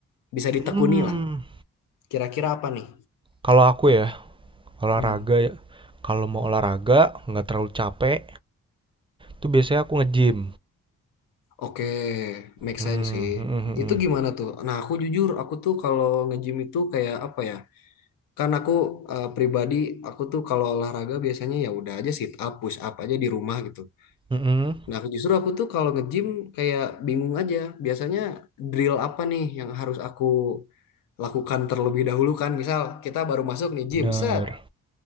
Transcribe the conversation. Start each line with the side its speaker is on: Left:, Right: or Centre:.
Left: Bisa ditekuni
Right: Hmm,
Left: lah. Kira-kira apa nih?
Right: kalau aku ya, olahraga
Left: Hmm.
Right: ya. Kalau mau olahraga, nggak terlalu capek, tuh biasanya aku nge-gym.
Left: Oke, make
Right: Hmm,
Left: sense sih.
Right: mhm, mhm.
Left: Itu gimana tuh? Nah, aku jujur, aku tuh kalau nge-gym itu kayak apa ya? Kan aku eh, pribadi, aku tuh kalau olahraga biasanya ya udah aja sit up, push up aja di rumah gitu.
Right: Mhm,
Left: Nah, aku justru aku tuh kalau nge-gym kayak bingung aja. Biasanya drill apa nih yang harus aku lakukan terlebih dahulu kan? Misal kita baru masuk nih gym,
Right: benar.
Left: set.